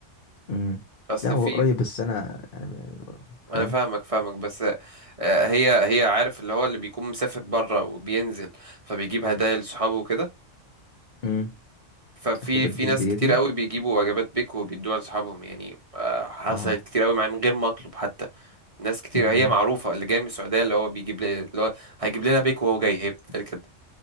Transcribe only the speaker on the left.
امم
لا هو
قريب بس انا يعني م- فاهم
امم
اعتبر
دي
هديتي
اه
امم